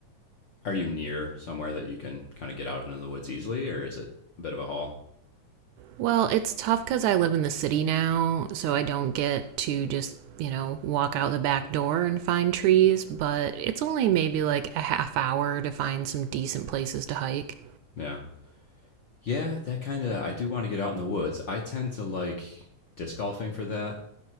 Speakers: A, on the left (about 70°); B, on the right (about 80°).
A: Are you near somewhere that you can kind of get out into the woods easily, or is it a bit of a haul?
B: Well, it's tough because I live in the city now, so I don't get to just, you know, walk out the back door and find trees, but it's only maybe like a half hour to find some decent places to hike.
A: Yeah, yeah, that kind of. I do want to get out in the woods. I tend to like disc golfing for that.